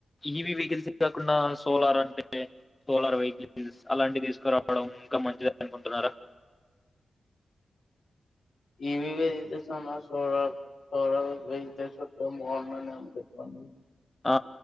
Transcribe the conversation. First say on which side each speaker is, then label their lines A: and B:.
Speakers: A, on the left; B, on the left.
A: ఈవి వెహికల్స్ కాకుండా సోలార్ అంటే సోలార్ వెహికల్స్ అలాంటివి తీసుకురావడం ఇంకా మంచిద అనుకుంటున్నారా
B: ఇవి వెజిటేషన్ సరర వెజిటేషన్ చెంది
A: ఆ